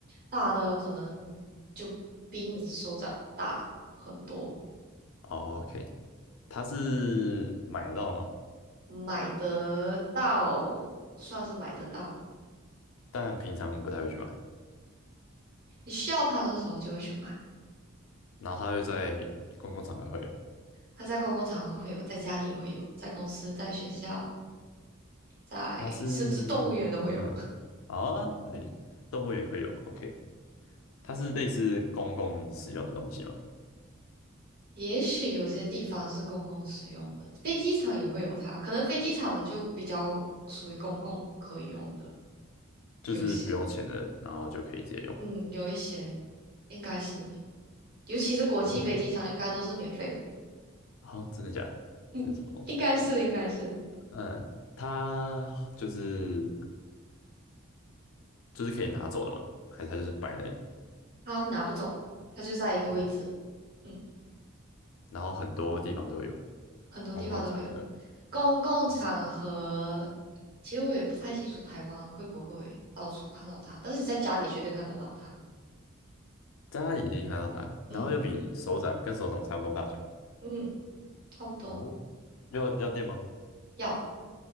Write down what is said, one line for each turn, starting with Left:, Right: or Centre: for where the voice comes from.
Right: 大的可能就比你的手掌大很多。
Left: o k 它是买得到吗？
Right: 买得到，算是买得到。
Left: 但平常不太会去买，
Right: 你需要它的时候就会去买，
Left: 然后它又在公共场合会有。
Right: 它在公共场合会有，在家里也会有，在公司、在学校、在甚至动物园都会有。
Left: 它是嗯啊，你动物园会有，OK。它是类似公共使用的东西吗？
Right: 也许有些地方是公共使用的，飞机场也会有它，可能飞机场的就比较属于公共可以用的，
Left: 就是不用钱的，
Right: 有些，
Left: 然后就可以直接用。
Right: 嗯，有一些应该是的，尤其是国际飞机场应该都是免费的，
Left: 哦，好，真的假的？
Right: 嗯，
Left: 这是什么东西？
Right: 应该是应该是，
Left: 嗯，它就是就是可以拿走的嘛？还是它就是摆那里？
Right: 他拿不走，他就在一个位置，
Left: 然后
Right: 嗯。
Left: 然后很多地方都有，
Right: 很多地方都会有。
Left: 公共场合。
Right: 公共场合，
Left: 哇塞，
Right: 其实我也不太清楚台湾会不会到处看到它，但是你在家里绝对看得到它。
Left: 大家已经看到它，然后又比手掌跟手掌差不多大小。
Right: 嗯嗯，差不多。
Left: 哦，要要电吗？
Right: 要